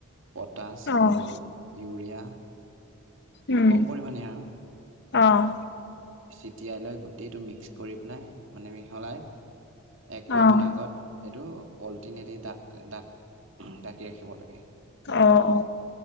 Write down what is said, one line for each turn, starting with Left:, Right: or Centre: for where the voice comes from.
Right: potash
Left: অ',
Right: আৰু ইউৰিয়া
Left: উম,
Right: কম পৰিমাণে আৰু
Left: অ',
Right: ছিটিয়াই লৈ গোটেইটো মিক্স কৰি পেলাই মানে মিহলাই একমাহ
Left: অ',
Right: মান আগত সেইটো পলিঠিনে দি ডাক ডাক ডাকি ৰাখিব লাগে
Left: অ অ